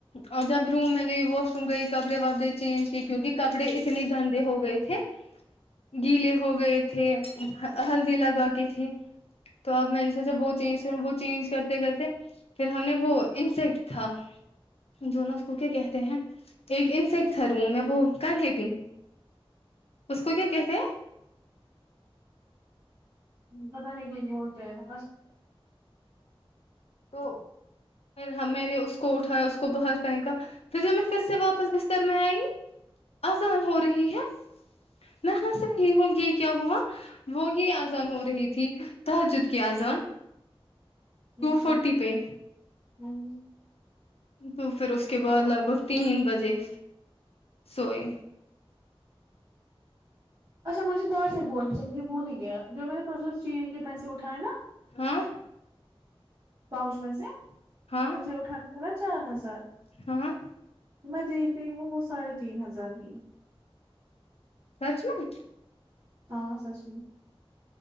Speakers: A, on the left; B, on the right.
A: اور جب روم میں گئی واش روم گئی کپڑے وپڑے چینج کیونکہ کپڑے اتنے گندے ہو گئے تھے گیلے ہو گئے تھے ہلدی لگا کے تھی تو اب میں نے سوچا وہ چینج کر وہ چینج کرتے کرتے پھر ہم نے وہ انسیکٹ تھا جو ناں اس کو کیا کہتے ہیں ایک انسیکٹ تھا روم میں وہ کن ہے پنگ اس کو کیا کہتے ہیں
B: پتہ نہیں کچھ بولتے ہیں
A: تو پھر میں نے اس کو اٹھایا اس کو باہر پہنکا پھر جو میں پھر سے واپس بستر میں آئی آزان ہو رہی ہے میں ہنس رہی ہوں کی کیا ہوا وہی آزان ہو رہی تھی تہجد کی آزان ٹو
B: اچھا
A: فورٹی پہ
B: ہوں
A: تو پھر اس کے بعد لگ بھگ تین بجے سوئے
B: اچھا مجھے دوس ایک بولنے تھے مجھے بول ہی گیا جو میں نے پرسوں چینی کے پیسے اٹھائے ناں
A: ہاں
B: پاؤنچ میں سے
A: ہاں
B: مجھے اٹھانا پڑا چار ہزار
A: ہاں
B: میں دیکھ رہی ہوں وہ ساڑھے تین ہزار ہی
A: سچ میں
B: ہاں سچ میں